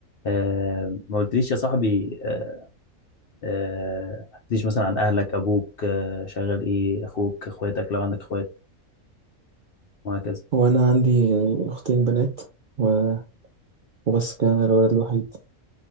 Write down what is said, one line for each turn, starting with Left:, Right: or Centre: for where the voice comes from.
Left: آه، ما قلتليش يا صاحبي آه، آه، ما حكيتليش مثلا عن اهلك ابوك آه، شغال ايه اخوك اخواتك لو عندك اخوات وهكذا
Right: هو أنا عندي أختين بنات و- وبس كده أنا الولد الوحيد